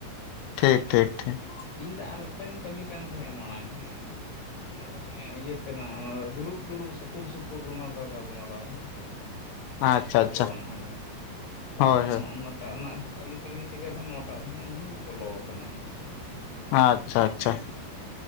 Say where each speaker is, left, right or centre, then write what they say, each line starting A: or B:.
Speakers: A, on the left; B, on the left.
A: ᱴᱷᱤᱠ ᱴᱷᱤᱠ ᱴᱷᱤᱠ ᱾
B: ᱤᱧ ᱫᱚ ᱟᱨ ᱢᱤᱫᱴᱟ. ᱝ ᱤᱧ ᱠᱟᱹᱢᱤ ᱠᱟᱱ ᱛᱟᱦᱮᱸᱱᱟ ᱢᱟᱲᱟᱝ ᱦᱮᱸ ᱚᱱᱟ ᱫᱚ ᱦᱟᱱᱮ ᱦᱮᱸ ᱤᱭᱟᱹ ᱛᱮᱱᱟᱜ ᱚᱱᱟ ᱫᱚ ᱫᱩᱲᱩᱵ, ᱫᱩᱲᱩᱵ, ᱥᱩᱯᱩᱨ, ᱥᱩᱯᱩᱨ ᱚᱱᱟ ᱫᱚ ᱜᱟᱞᱢᱟᱨᱟᱣ ᱦᱮᱸ ᱥᱮ ᱾
A: ᱟᱪᱪᱷᱟ
B: ᱱᱚᱝᱠᱟ
A: ᱟᱪᱪᱷᱟ
B: ᱫᱚ ᱵᱟᱝ ᱚᱱᱟ ᱫᱚ ᱛᱟᱦᱞᱮ
A: ᱦᱳᱭ
B: ᱱᱚᱜ-ᱱᱟᱴᱟᱜ
A: ᱦᱳᱭ
B: ᱨᱮᱱᱟᱜ ᱦᱚᱸ ᱠᱟᱹᱢᱤ, ᱠᱟᱹᱢᱤ ᱛᱮᱜᱮ ᱟᱫᱚ ᱱᱚᱣᱟᱴᱟᱜ ᱨᱮᱦᱟᱜ ᱤᱧ ᱵᱚᱞᱚ ᱟᱠᱟᱱᱟ ᱦᱮᱸ ᱥᱮ ᱾
A: ᱟᱪᱪᱷᱟ ᱟᱪᱪᱷᱟ ᱾